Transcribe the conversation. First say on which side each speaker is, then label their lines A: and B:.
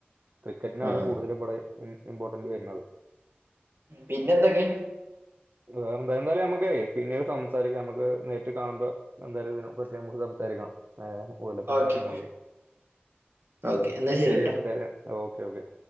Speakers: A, on the right (about 55°); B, on the right (about 70°).
A: ക്രിക്കറ്റിനാണ്
B: ആഹ്
A: കൂടുതലും ഇവിടെ ഇമ് ഇമ്പോർട്ടന്റ് വെര്ണത്.
B: പിന്നെന്തൊക്കെ?
A: വേറെ എന്തായാലുംന്തായാലു അമ്മക്കെ പിന്നീട് സംസാരിക്കാ നമ്മക്ക് നേരിട്ട് കാണുമ്പോ ന്തായാലും ഇതിനെപ്പറ്റി അമ്മക്ക് സംസാരിക്കണം. ആഹ് വേൾഡപ്പിന്റെ
B: ഓക്കെ
A: കാര്യങ്ങളൊക്കെ,
B: ഓക്കെ എന്നാ ശരിട്ടാ
A: ശരി ശരി ഓക്കെ ഓക്കെ.